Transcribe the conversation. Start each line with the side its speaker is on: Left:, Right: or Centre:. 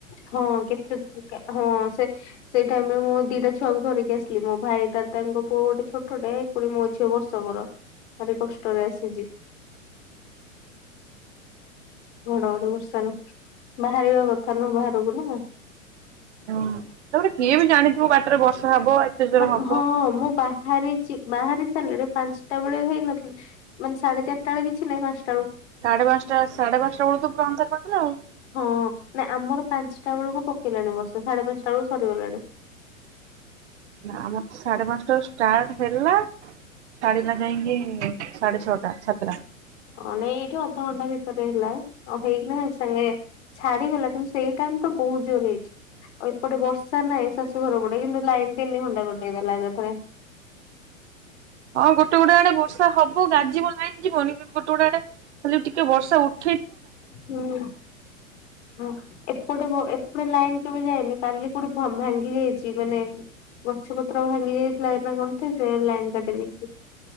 Left: ହଁ କେତେ ଟ ହଁ ସେ ସେ ଟାଇମରେ ମୁଁ ଦିଟା ଛୁଆକୁ ଧରିକ ଆସିଲି ମୋ ଭାଇ ଦାଦାଙ୍କ ପୁଅ ଗୋଟେ ଛୋଟେ ଏ କୋଟ ମୋ ଝଅ ବର୍ଷକର ଭାରି କଷ୍ଟରେ ଆସିଛି ଘଡଘଡି ବର୍ଷା ନ ବାହାରିବା କଥା ନୁହଁ ବାହାରକୁ ନା।
Right: ହୁଁ ତାପରେ କିଏ ବି ଜାଣିଥିବ ବାଟରେ ବର୍ଷ। ହବ ଆତେଜନ
Left: ମାନେ
Right: ହବ
Left: ହଁ ମୁଁ ବାହାରିଛି ବାହାରି ସାରିଲାେ ପାଞ୍ଚଟା ବେଳେ ହେଇନଥିଲେ ମାନେ ସାଢେ ଚାରିଟା ବେଳେ କିଛି ନାହିଁ ପାଞ୍ଚ
Right: ସାଢେ ପାଞ୍ଚଟା ସାଢେ ପାଞ୍ଚଟା ବେଳ ତ ପୁରାନ୍ତା ପାଖରେ ଆଉ
Left: ହଁ ନା ଆମର ପାଞ୍ଚଟା ବେଳକୁ ପକେଇଲାଣି ବର୍ଷା ସାଢେ ପାଞ୍ଚଟା ବେଳକୁ ସରିଗଲାଣି।
Right: ନା ଆମର ସାଢେ ପାଞ୍ଚଟା। ଷ୍ଟାର୍ଟ ହେଲା ସାଡ଼ିୀ ଲଗାଇଙ୍ଗି ସାଢ଼େ ଛୋଟା ସତା
Left: ହଁ ନାଇଁ ଏଇଠି ଅଧଘଣ୍ଟା ଭିତରେ ହେଲା ଆଉ ହେଇକିନା ସାଙ୍ଗେ ଛାଡିଗଲା କିନ୍ତୁ ସେଇ ଟାଇମ ତ ବହୁତ ଜୋର ହେଇଛି ଆଉ ଏପଟେ ବର୍ଷା ନାହିଁ ଶାଶୁ ଘର ପଟେ କିନ୍ତୁ ଲାଇନ ତିନି ଘଣ୍ଟା କଟେଇ ଦେଲା ଏକାଥରେ
Right: ହଁ ଗୋଟେ ଗୁଡା ଆଡେ ବର୍ଷା ହବ ଗାଜିବ ଲାଇନ୍ ଯିବନି ଗୋଟେ ଗୁଡା ଆଡେ ଖାଲି ଟିକେ ବର୍ଷା ଉଠ
Left: ହୁଁ ହଁ ଏପଟେ ଏପଟେ ଲାଇନ୍ କେବେ ଯାଇଏନି କାଲି କୋଉଠି ଭାଙ୍ଗି ଯାଇଛି ମାନେ ଗଛ ପତ୍ର ଭାଙ୍ଗି ଯାଇଥିଲା ନା କଣଇଥି ଲାଇନ୍ କାଟି ଦେଇେଇଛି।